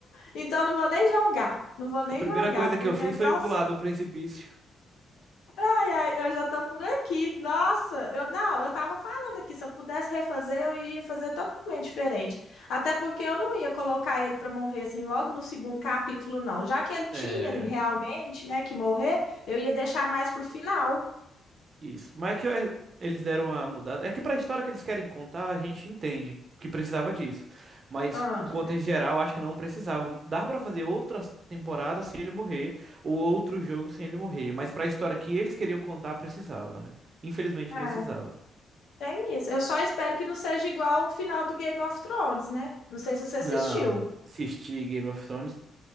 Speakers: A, on the left; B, on the right.
A: Então eu não vou nem jogar. Não vou nem
B: a primeira
A: jogar,
B: coisa
A: porque,
B: que eu fiz
A: nossa,
B: foi pular do precipício.
A: Ai, ai, eu já tô por aqui. Nossa, eu não, eu tava falando aqui, se eu pudesse refazer, eu ia fazer totalmente diferente. Até porque eu não ia colocar ele pra morrer assim logo no segundo capítulo, não. Já que ele tinha
B: É.
A: realmente, né, que morrer, eu ia deixar mais pro final.
B: Isso. Mas é que é, eles deram a mudada. É que pra história que eles querem contar, a gente entende que precisava disso. Mas,
A: Ah,
B: em contexto geral, acho que não precisava. Dá pra fazer outra temporada sem ele morrer, ou outro jogo sem ele morrer. Mas pra história que eles queriam contar, precisava, né? Infelizmente,
A: é,
B: precisava.
A: tem isso. Eu só espero que não seja igual o final do Game of Thrones, né? Não sei se você assistiu.
B: Não, não. assisti Game of Thrones.